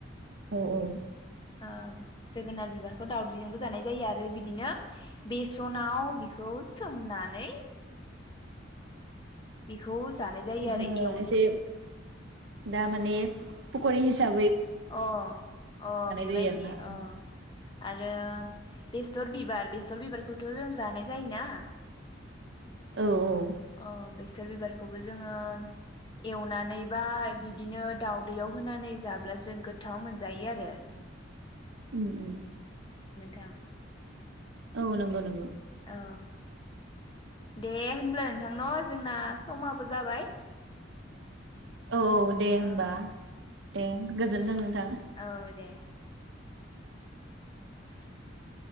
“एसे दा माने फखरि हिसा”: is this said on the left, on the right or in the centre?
Right